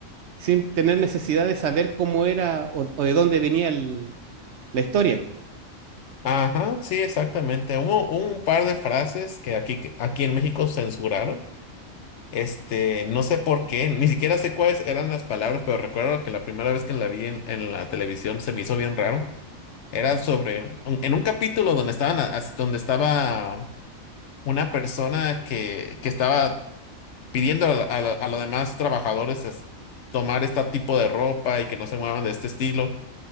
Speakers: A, on the right; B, on the left.
A: sin tener necesidad de saber cómo era o, o de dónde venía el, la historia.
B: ajá, sí, exactamente. Hubo, hubo un par de frases que aquí, que aquí en México censuraron. Este, no sé por qué, ni siquiera sé cuáles eran las palabras, pero recuerdo que la primera vez que la vi en, en la televisión se me hizo bien raro. Era sobre, un- en un capítulo donde estaban, a- as- donde estaba una persona que, que estaba pidiendo a, a, a los demás trabajadores es- tomar este tipo de ropa y que no se muevan de este estilo.